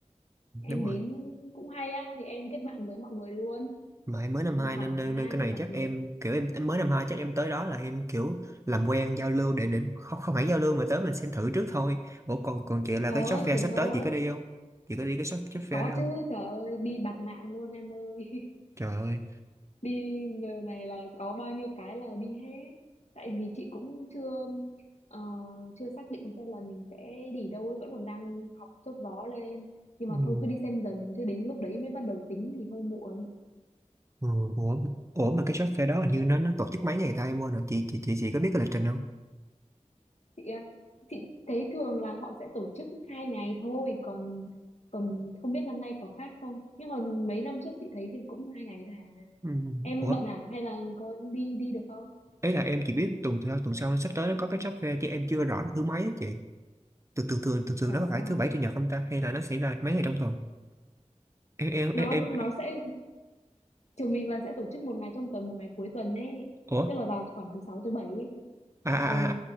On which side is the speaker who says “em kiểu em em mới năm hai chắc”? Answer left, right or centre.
Right